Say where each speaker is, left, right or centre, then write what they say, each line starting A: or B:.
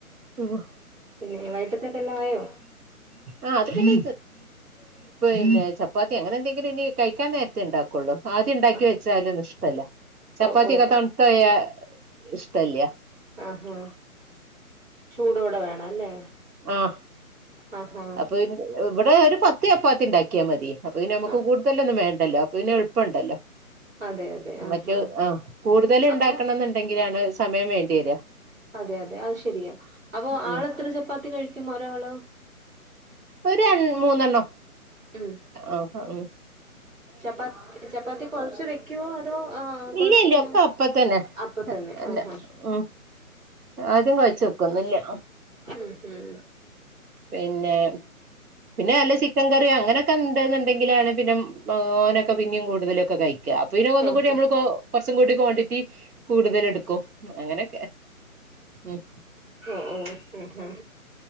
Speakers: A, on the right; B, on the right.
A: ഓ
B: പിന്നെ വൈകിട്ടത്തേക്കെല്ലാം ആയോ
A: ആ അത് പിന്നെ ഇന്നെ ചപ്പാത്തി അങ്ങനെ എന്തെങ്കിലും ഇനി കഴിക്കാൻ നേരത്തെ ഉണ്ടാക്കുള്ളൂ ആദ്യ ഉണ്ടാക്കി
B: ആ
A: വെച്ചാല് ഒന്നും ഇഷ്ടമല്ല ചപ്പാത്തി
B: ഓ ഓ
A: ഒക്കെ തണുത്ത് പോയാല് ഇഷ്ടല്ല
B: ആഹാ ചൂ ടോടെ വേണം അല്ലേ
A: ആഹ
B: ആഹാ
A: അപ്പൊ ഇവിടെ ഒരു പത്ത് ചപ്പാത്തി ഉണ്ടാക്കിയാ മതി അപ്പൊ നമുക്ക്
B: ആ
A: കൂടുതലൊന്നും വേണ്ടല്ലോ അപ്പം എളുപ്പംണ്ടല്ലോ
B: അതെ അതെ ആഹാ
A: മറ്റു ആഹ കൂടുതൽ ഉണ്ടാക്കണം
B: അപ്പൊ
A: എന്നുണ്ടെങ്കിലാണ് സമയം വേണ്ടി വരിക
B: അതെ അതെ അത് ശെരിയാ അപ്പൊ ആൾത്ര
A: ഉം
B: ചപ്പാത്തി കഴിക്കും ഒരാള്
A: ഒരു രൺ മൂന്നെണ്ണം
B: ഉം
A: ആഹ് ഉ
B: ചപ്പാത്തി ചപ്പാത്തി കൊഴച്ച് വെക്കുവോ അതോ ആ കൊഴച്ചിങ്ങനെ
A: ഇല്ല ഇല്ല ഒക്കെ അപ്പ തന്നെ
B: അപ്പൊ തന്നെ
A: അല്ല
B: ആഹഹ
A: ഉം ആദ്യം കുഴിച്ച് വെക്കുന്നുല്ല
B: ഉം ഹും
A: പിന്നെ. പിന്നെ നല്ല ചിക്കൻ കറി അങ്ങനെയൊക്കെ ഉണ്ട് ന്നിണ്ടങ്കിലാണ് പിന്നെ ഓനൊക്കെ. പിന്നെയും കൂടുതല് ഒക്കെ കഴിക്ക അപ്പൊ ഒന്നും
B: ആഹ്
A: കൂടി നമ്മള് കുറച്ചും കൂടി ക്വാണ്ടിറ്റി കൂടുതല് എടുക്കും. ഉ അങ്ങനെയൊക്കെ ഉം
B: ഓ ഓ ഉം ഉം